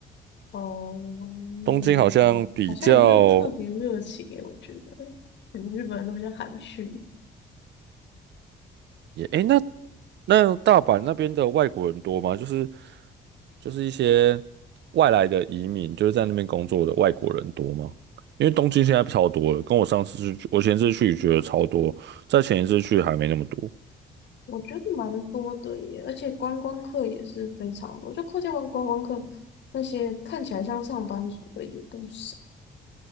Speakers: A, on the left; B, on the right.
A: 哦、嗯好像也没有特别热情诶，
B: 东京好像比较
A: 我觉得，可能日本人都比较含蓄，
B: 也诶，那那大阪那边的外国人多吗？就是就是一些外来的移民，就是在那边工作的外国人多吗？因为东京现在超多了，跟我上次去，我前次去觉得超多，在前一次去还没那么多。
A: 我觉得蛮多的耶，而且观光客也是非常多，就客家湾观光客那些看起来像上班族的也不少。